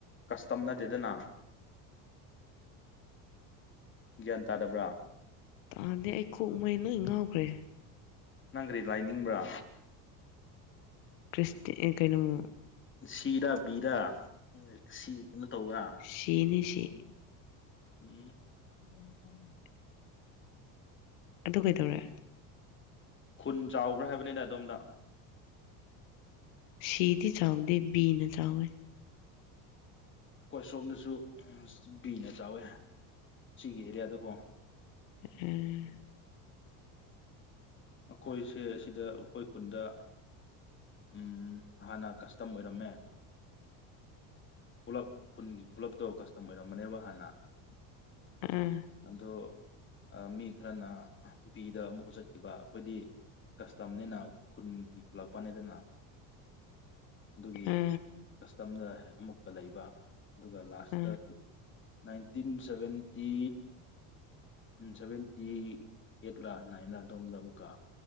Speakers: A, on the left; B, on the left.
A: ꯀꯁꯇꯝ ꯅꯠꯇꯦꯗꯅ ꯒ꯭ꯌꯥꯟ ꯇꯥꯗꯕ꯭ꯔꯥ
B: ꯑꯗꯗꯤ ꯑꯩ ꯀꯣꯛ ꯃꯩ ꯅꯣꯏ ꯉꯥꯎꯈ꯭ꯔꯦ
A: ꯅꯪꯒꯔꯤ ꯂꯥꯏꯅꯤꯡꯕ꯭ꯔꯥ
B: ꯀ꯭ꯔꯤꯁꯇ ꯀꯩꯅꯣꯃꯣ
A: ꯁꯤꯔꯥ ꯕꯤꯔ ꯁꯤ ꯀꯩꯅꯣ ꯇꯧꯕ꯭ꯔꯥ
B: ꯁꯤꯅꯤ ꯁꯤ
A: ꯎꯝ
B: <inaudible> <inaudible> ꯑꯗꯨ ꯀꯩꯗꯧꯔꯦ
A: ꯈꯨꯟ ꯆꯥꯎꯕ꯭ꯔꯥ ꯍꯥꯏꯕꯅꯤꯅ ꯑꯗꯣꯝꯗ
B: ꯁꯤꯗꯤ ꯆꯥꯎꯗꯦ ꯕꯤꯅ ꯆꯥꯎꯋꯦ
A: ꯀꯣꯏꯁꯣꯝꯗꯁꯨ ꯕꯤꯅ ꯆꯥꯎꯋꯦ ꯒꯤ ꯑꯦꯔꯤꯌꯥ ꯑꯗꯨꯀꯣ
B: ꯎꯝ
A: ꯑꯩꯈꯣꯏꯁꯦ ꯑꯁꯤꯗ ꯑꯩꯈꯣꯏ ꯈꯨꯟꯗ ꯎꯝ ꯍꯥꯟꯅ ꯀꯁꯇꯝ ꯑꯣꯏꯔꯝꯃꯦ ꯄꯨꯜꯂꯞ ꯈꯨꯟꯒꯤ ꯄꯨꯜꯂꯞ ꯇꯧꯕ ꯀꯁꯇꯝ ꯑꯣꯏꯔꯝ ꯑꯃꯅꯦꯕ ꯍꯥꯟꯅ
B: ꯑꯝ
A: ꯑꯗꯣ ꯃꯤ ꯈꯔꯅ ꯕꯤꯗ ꯑꯃꯨꯛꯀ ꯆꯠꯈꯤꯕ ꯑꯩꯈꯣꯏꯗꯤ ꯀꯁꯇꯝꯅꯤꯅ ꯈꯨꯟꯒꯤ ꯄꯨꯂꯛꯄꯅꯦꯗꯅ ꯑꯗꯨꯒꯤ
B: ꯑ
A: ꯀꯁꯇꯝꯗ ꯑꯃꯨꯛꯀ ꯂꯩꯕ ꯑꯗꯨꯒ ꯂꯥꯁꯇ
B: ꯑ
A: ꯅꯥꯏꯟꯇꯤꯟ ꯁꯕꯦꯟꯇꯤ ꯁꯚꯦꯟꯇꯤ ꯑꯩꯠꯂꯥ ꯅꯥꯏꯟꯂ ꯑꯗꯣꯝꯗ ꯑꯃꯨꯛꯀ